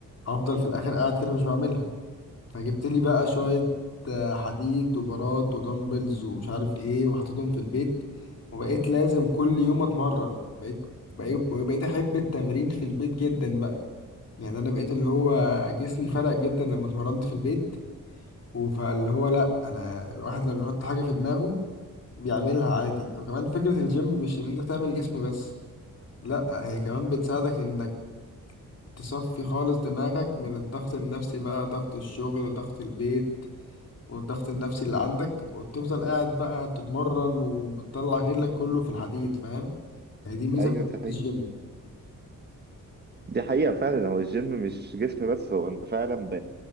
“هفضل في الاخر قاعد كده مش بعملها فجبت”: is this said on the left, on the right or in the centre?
Left